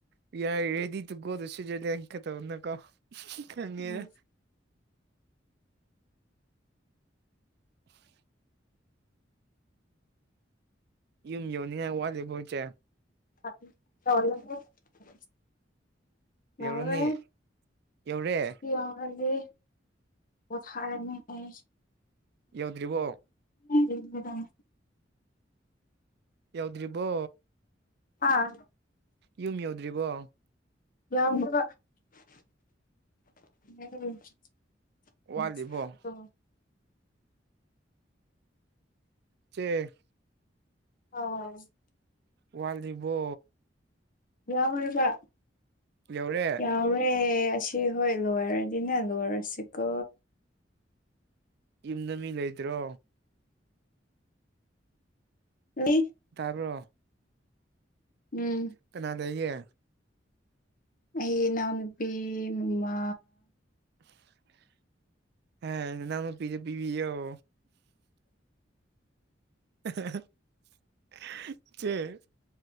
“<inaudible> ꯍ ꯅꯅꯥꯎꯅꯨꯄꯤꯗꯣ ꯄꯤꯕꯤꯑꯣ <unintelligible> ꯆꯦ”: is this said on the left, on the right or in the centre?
Right